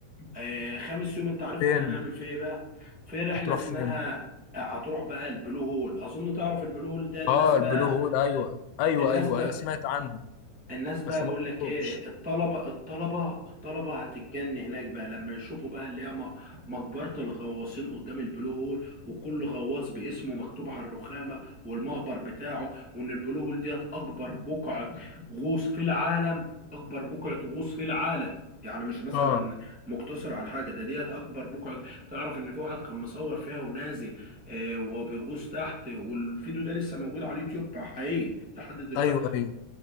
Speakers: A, in the centre; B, on the left (about 80°).
A: آه خامس يوم انت عارف
B: فين
A: احنا هنعمل فيه ايه بقى في رحله
B: هتروح
A: اسمها
B: فين
A: هتروح بقى البلو هول اظن تعرف البلو هول ده الناس
B: اه
A: بقى
B: البلو هول ايوه ايوه
A: الناس
B: ايوه
A: بقى
B: ايوه سمعت عنه
A: الناس بقى
B: بس
A: بقول
B: ما
A: لك
B: رحتوش
A: ايه الطلبه الطلبه الطلبه هتتجن هناك بقى لما يشوفوا بقى اللي هي م- مقبره الغواصين قدام البلو هول وكل غواص باسمه مكتوب على الرخامه والمقبر بتاعه وان البلو هول ديت اكبر بقعه غوص في العالم اكبر بقعه غوص في العالم يعني مش مثلا
B: اه
A: مقتصر على حاجه ده ديت اكبر بقعه تعرف ان في واحد كان مصور فيها ونازل آه وهو بيغوص تحت والفيديو ده لسه موجود على اليوتيوب حقيقي لحد دلوقتي
B: ايوه ايوه